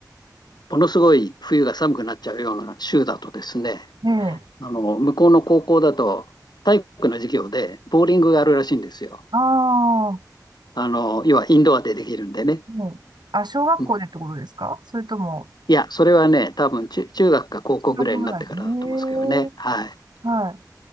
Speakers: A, on the left; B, on the right.
A: ものすごい冬が寒くなっちゃうような州だとですね、
B: ええ、
A: あの、向こうの高校だと体育の授業でボーリングがあるらしいんですよ。
B: ああー、
A: あの、要はインドアでできるんでね。
B: うんあ、小学校でってことですかそれとも、
A: うん、いや、それはね、多分中、中学か高校ぐらいになってからだと思うんですけどね。
B: 中学ぐらいで。ええ、
A: はい。
B: は